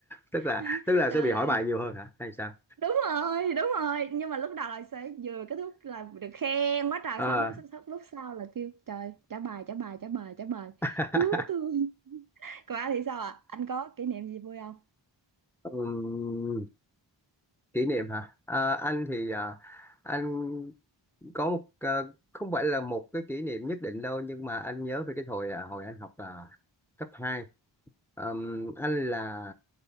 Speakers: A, in the centre; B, on the right.
A: tức là
B: <laughs>
A: tức là
B: trời
A: sẽ bị hỏi
B: ơi
A: bài nhiều hơn hả hay sao
B: đúng rồi đúng rồi nhưng mà lúc đầu là sẽ vừa kết thúc là được khen quá trời
A: Ờ,
B: xong lúc sau- lúc sau là kêu trời trả bài trả bài trả bài trả bài
A: <laughs>
B: cứu tôi còn anh thì sao ạ à? anh có kỷ niệm gì vui không
A: ừm, kỷ niệm hả Ờ, anh thì ờ, anh có một ờ, không phải là một cái kỷ niệm nhất định đâu nhưng mà anh nhớ về cái hồi à, hồi anh học à, cấp hai, Ừm, anh là